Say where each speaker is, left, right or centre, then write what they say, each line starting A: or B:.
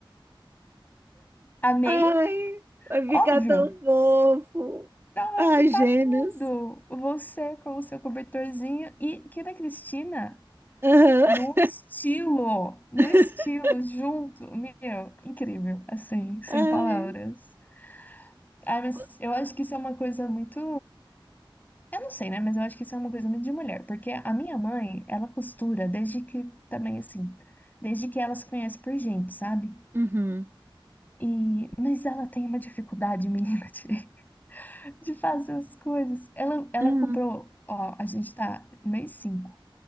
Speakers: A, on the left (about 20°); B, on the right (about 25°).
A: amei?
B: Ai, vai ficar
A: Óbvio.
B: tão fofo.
A: Não
B: Ai,
A: vai ficar
B: gêmeos.
A: tudo. Você com o seu cobertorzinho e que da Cristina
B: Aham.
A: no estilo, no
B: <laughs>
A: estilo junto. Meu, incrível, assim, sem
B: Ai.
A: palavras. Ai, mas
B: Qu-
A: eu acho que isso é uma coisa muito Eu não sei, né? Mas eu acho que isso é uma coisa muito de mulher, porque a minha mãe, ela costura desde que também assim, desde que ela se conhece por gente, sabe?
B: Uhum.
A: E mas ela tem uma dificuldade, menina, de, <laughs> de fazer as coisas. Ela, ela
B: Uhum.
A: comprou, ó, a gente tá no mês 5.